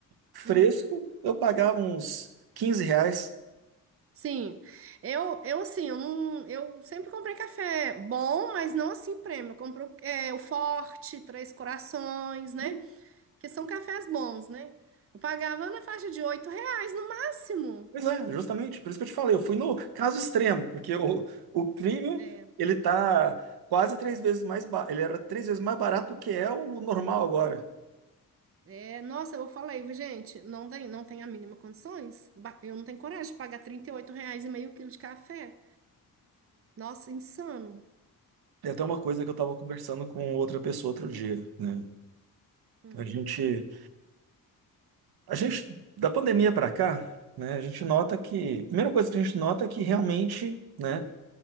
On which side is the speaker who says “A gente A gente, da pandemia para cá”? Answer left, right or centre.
Right